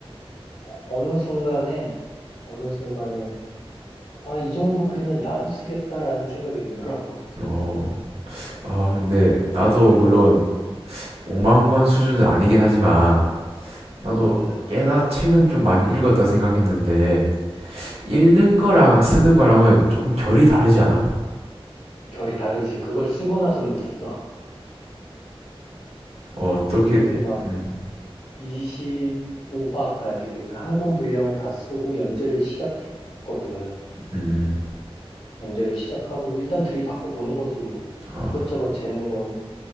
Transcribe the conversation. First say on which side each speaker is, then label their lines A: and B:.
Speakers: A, on the left; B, on the right.
A: 어느 순간에, 어느 순간에, 아, 이 정도 그리면 나도 쓰겠다라는 생각이 들더라고.
B: <laughs> 어, 아, 근데
A: 어,
B: 나도
A: 그래서,
B: 물론 5만 권 수준은 아니긴 하지만 나도
A: 음,
B: 꽤나 책은 좀 많이 읽었다 생각했는데 읽는 거랑 쓰는 거랑은 조금 결이 다르지 않아?
A: 결이 다르지. 그걸 쓰고 나서 느꼈어. <laughs>
B: 어떻게,
A: 근데 막,
B: 음,
A: 25화까지 그러니까 한 권 분량을 다 쓰고 연재를 시작했거든.
B: 음,
A: 연재를 시작하고 일단 들이받고 보는 거지 뭐
B: 아,
A: 이것저것 재는 건